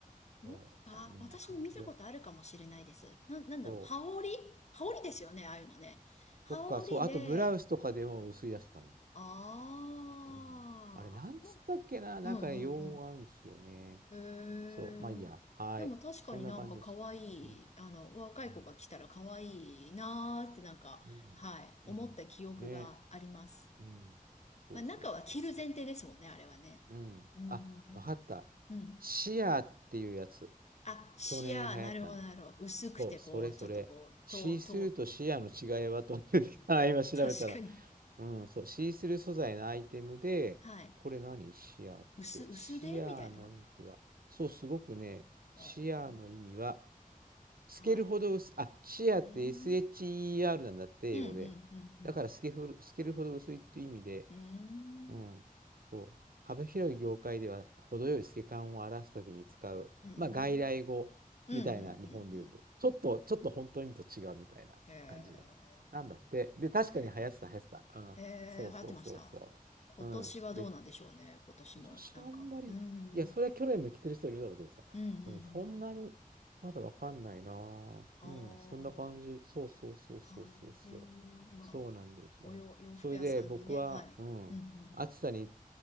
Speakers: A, on the left; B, on the right.
A: ー。
B: ー、そう、
A: んあ、
B: じゃあみんな買うよ。
A: 私も見たことあるかもしれないです。な、なんだろう。
B: そう。
A: 羽織羽織ですよね、ああいうのね。羽織で、
B: とか、そう、あとブラウスとかでも薄いやつとかね。
A: ああ。
B: うん、あれ、なんつったっけな、なんかね、
A: うんうんうん
B: 用語があるんですよね。
A: へえ。
B: そう、まあいいや。はい。
A: でも確かになんか可愛い、
B: そんな感じです。うん。
A: あの、若い子が来たら可愛いなーってなんか、
B: うん。うん。
A: はい、思った記憶があります。
B: うんねうん。そうそうそうそう。
A: まあ中は着る前提ですもんね、あれはね。
B: うん。
A: うん、うん、
B: あ、わかった。
A: うん。うん
B: シアーっていうやつ。
A: あ、シアー、
B: 去年流行ったの。
A: なるほど、なるほど。薄くてこう、
B: そう、それそれ。
A: ちょっとこう、
B: シースルーとシアーの違いはと思ってきた。
A: と、と、
B: <laughs> 今調べたら。
A: <laughs> 確かに。
B: うん、そう、シースルー素材のアイテムで、
A: はい。
B: これ何シアーって。
A: 薄、薄でみたいな。
B: シアーの意味とは、そう、すごくね、
A: えー、
B: シアーの意味は、透けるほど薄い、
A: はい。
B: あ、シアーって
A: うん。
B: SHER なんだって、
A: うん、
B: 英語で。
A: うん、うん、
B: だから透けふる、透けるほど薄いっていう意味で、
A: うん。うん。
B: うん、そう。幅広い業界では程よい透け感を表すときに使う、
A: うん、うん、
B: まあ、外来語みたいな日本で言うと、
A: うん、うん、うん。うん
B: ちょっと、ちょっと本当の意味と違うみたいな感じの。
A: へえ、
B: なんだって。で、確かに流行ってた、
A: へえ、
B: 流行ってた。うん。
A: へえ、
B: そうそうそうそう。
A: 流行ってました今年はどうなんでしょうね、
B: うん。で、
A: 今年も。
B: 今年あんまり、
A: なんか、うん、
B: いや、それは去年も着てる人いるだろうけどさ、
A: うん、うん、うん。
B: うん、そんなに、まだわかんないなぁ。
A: ああ、
B: うん、そんな感じ。そうそうそうそうそうそう。
A: はい、へえ、まあ、
B: そうなんですよ。
A: およ、洋服屋さんにね、
B: それで僕は、
A: はい、
B: うん、
A: うん、うん、
B: 暑さに